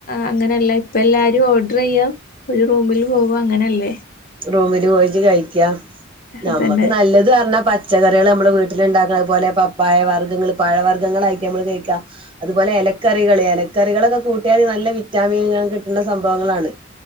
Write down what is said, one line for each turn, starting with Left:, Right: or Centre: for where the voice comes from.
Left: അങ്ങനെയല്ല ഇപ്പ എല്ലാരും ഓർഡറിയ്യ ഒരു റൂമിൽ പോവ അങ്ങനല്ലേ
Right: റൂമില് പോയിട്ട് കയിക്ക നമ്മക്ക്
Left: അതന്നെ
Right: നല്ലത് ഇത്റഞ്ഞാ പച്ചക്കറികൾ നമ്മൾ വീട്ടിൽ ഇണ്ടാക്കണ അയ്പോലെ പപ്പായ വർഗ്ഗങ്ങൾ പഴവർഗ്ഗങ്ങളായിറ്റ് നമ്മള് കയിക്കാ അതുപോലെ എലക്കറികള് എലക്കറികളൊക്കെ കൂട്ടിയാല് നല്ല വിറ്റാമിനുക കിട്ടണ സംഭവങ്ങളാണ്